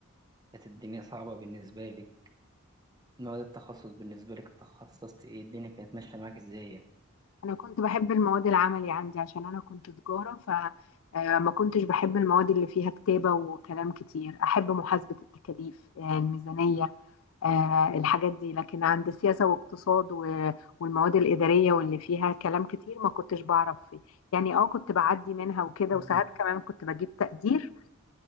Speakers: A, on the right; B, on the left.
A: كانت الدنيا صعبة بالنسبة لك مواد التخصص بالنسبة لك تخصصت إيه الدنيا كانت ماشية معاك إزاي يعني؟
B: انا كنت بحب المواد العملي عندي عشان انا كنت تجارة فما كنتش بحب المواد اللي فيها كتابة وكلام كتير احب محاسبة التكاليف آه، الميزانية آه، الحاجات دي لكن عند سياسة واقتصاد و- والمواد الإدارية واللي فيها كلام كتير ما كنتش بعرف فيه يعني اه كنت بعدي منها وكده
A: أمم.
B: وساعات كمان كنت بجيب تقدير